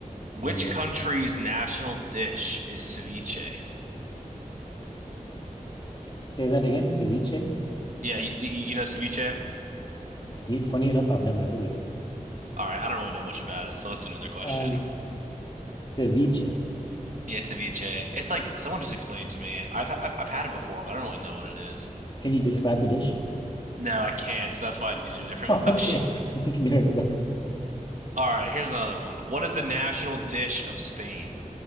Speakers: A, on the right; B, on the left.
A: Which
B: Bring it.
A: country's national dish is ceviche?
B: S- Say that again, ceviche.
A: Yeah, you, do you you know ceviche?
B: You, funny enough, I've never heard of it.
A: All right, I don't really know much about it, so let's do another question.
B: Um, ceviche.
A: Yeah, ceviche. It's like someone just explained it to me. I've I've I've had it before, but I don't really know what it is.
B: Can you describe the dish? <laughs>
A: No, I can't, so that's why I need to do a different
B: Okay,
A: <laughs> question.
B: <laughs> we can do another
A: All right, here's another one. What is the national dish of Spain?